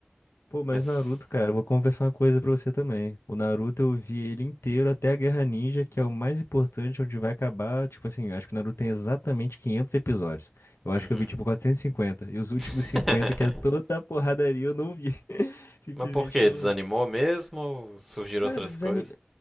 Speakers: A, on the left; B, in the centre.
A: Pô, mas
B: Mas...
A: Naruto, cara, eu vou confessar uma coisa pra você também. O Naruto eu vi ele inteiro até a Guerra Ninja, que é o mais importante, onde vai acabar. Tipo assim, acho que o Naruto tem exatamente 500 episódios. Eu acho
B: Uhum.
A: que eu vi tipo 450. E cinquenta. E os últimos
B: <laughs>
A: 50, que é toda a porradaria, eu não vi. <laughs> Simplesmente
B: Mas por quê?
A: não
B: Desanimou
A: vi.
B: mesmo ou surgiram
A: Cara,
B: outras
A: desanime...
B: coisas?